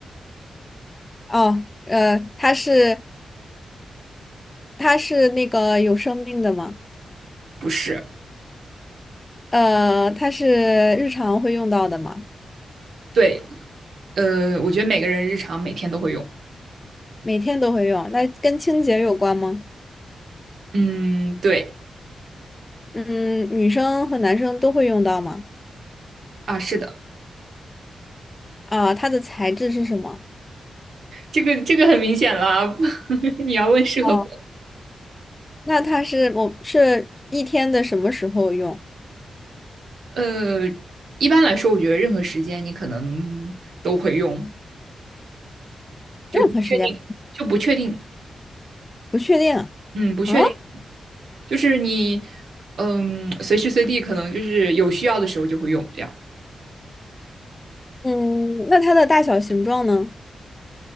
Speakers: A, on the left; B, on the right.
A: 哦，呃，它是它是那个有生命的吗？
B: 不是，
A: 呃，它是日常会用到的吗？
B: 对，呃，我觉得每个人日常每天都会用。
A: 每天都会用，那跟清洁有关吗？
B: 嗯，对，
A: 嗯，女生和男生都会用到吗？
B: 啊，是的，
A: 啊、它的材质是什么？
B: 这个这个很明显了啊 <laughs> 你要问适合不？
A: 哦，那它是我是一天的什么时候用？
B: 呃，一般来说，我觉得任何时间你可能都会用，就不确定，
A: 任何时间，
B: 就不确定，
A: 不确定。
B: 嗯，不确定，
A: 啊，
B: 就是你，嗯，随时随地可能就是有需要的时候就会用，这样。
A: 嗯，那它的大小形状呢？